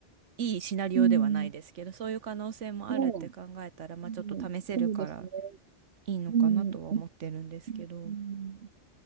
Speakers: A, on the right; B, on the right.
A: いいシナリオではないですけど、
B: うん
A: そういう可能性もあるって考えたら、
B: ねえ、
A: まあちょっと試せるから
B: うん、そうですね。
A: いいのかなとは思ってるんですけど、
B: うん、うん、うん
A: い